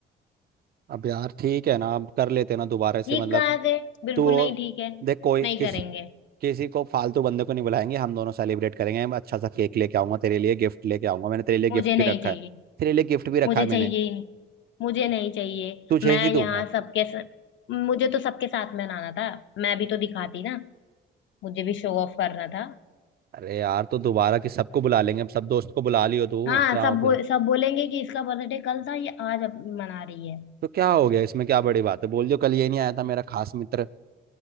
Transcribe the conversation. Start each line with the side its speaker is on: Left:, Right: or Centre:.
Right: अब यार ठीक है ना अब कर लेते ना दोबारा से
Left: ठीक
Right: मतलब
Left: कहाँ से बिल्कुल
Right: तो
Left: नहीं ठीक है
Right: देख कोई
Left: नहीं
Right: किस
Left: करेंगे
Right: किसी को फालतू बंदे को नहीं बुलाएंगे हम दोनों सेलिब्रेट करेंगे मैं अच्छा सा केक लेके आऊंगा तेरे लिए गिफ्ट लेके आऊंगा मैंने तेरे लिए
Left: मुझे
Right: गिफ्ट
Left: नहीं
Right: भी रखा
Left: चाहिए
Right: है तेरे लिए गिफ्ट भी रखा
Left: मुझे
Right: है
Left: चाहिए
Right: मैंने
Left: ही नहीं मुझे नहीं चाहिए
Right: तुझे
Left: मैं
Right: ही दूंगा
Left: यहाँ सबके स... मुझे तो सबके साथ में नाना था मैं भी तो दिखाती ना मुझे भी शो ऑफ करना था
Right: अरे यार तो दोबारा कि सबको बुला लेंगे अब सब दोस्त को बुला लियो तू
Left: हाँ
Right: क्या
Left: सब
Right: हो गया
Left: बो, सब बोलेंगे कि इसका बर्थडे कल था ये आज अप- मना रही है
Right: तो क्या हो गया इसमें क्या बड़ी बात है बोल दियो कल ये नहीं आया था मेरा खास मित्र